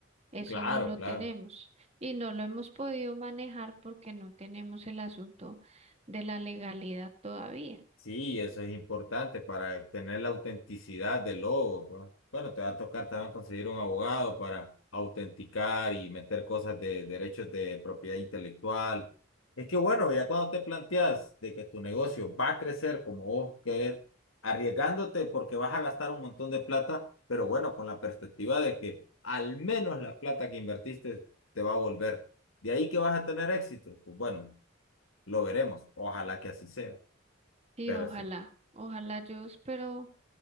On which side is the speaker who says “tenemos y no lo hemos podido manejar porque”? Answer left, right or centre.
Right